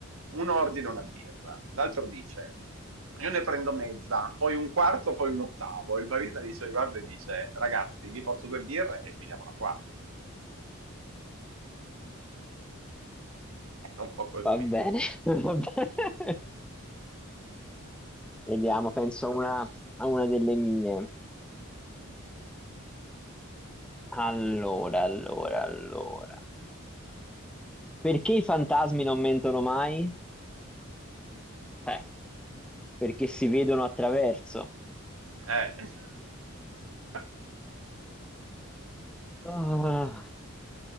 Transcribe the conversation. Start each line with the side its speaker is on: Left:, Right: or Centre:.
Right: Uno ordina una birra, l'altro dice: Io ne prendo mezza, poi un quarto, poi un ottavo. Il barista dice: Guarda, e dice, ragazzi, vi porto due birre e finiamola qua. <laughs> Era un po' così.
Centre: Va bene, <laughs> va bene. Vediamo, penso a una, a una delle mie. Allora, allora, allora. Perché i fantasmi non mentono mai? Eh, Perché si vedono attraverso.
Right: Eh. <laughs>
Centre: Ah,